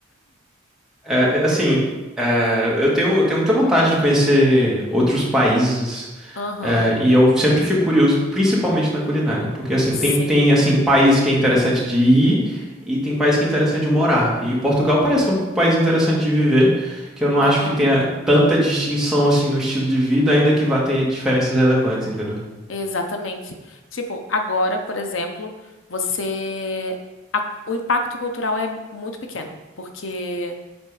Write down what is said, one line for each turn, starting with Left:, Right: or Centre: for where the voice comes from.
Centre: É, é, assim, é, eu tenho, eu tenho muita vontade de conhecer outros países
Left: Aham,
Centre: É, e eu sempre fico curioso, principalmente na culinária, porque assim,
Left: sim.
Centre: tem, tem assim, país que é interessante de ir e tem país que é interessante de morar. E Portugal parece um país interessante de viver, que eu não acho
Left: Aham,
Centre: que tenha tanta distinção assim no estilo de vida, ainda que vá ter diferenças relevantes, entendeu?
Left: exatamente. Tipo, agora, por exemplo, você a- o impacto cultural é muito pequeno, porque